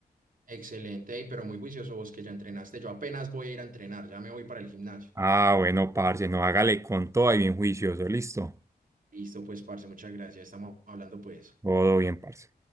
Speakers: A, on the right (about 55°); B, on the right (about 15°).
A: Excelente, ey, pero muy juicioso vos que ya entrenaste. Yo apenas voy a ir a entrenar, ya me voy para el gimnasio.
B: Ah, bueno, parce, no, hágale con todo y bien juicioso, listo.
A: Listo, pues, parce, muchas gracias. Estamos hablando, pues.
B: Todo bien, parce.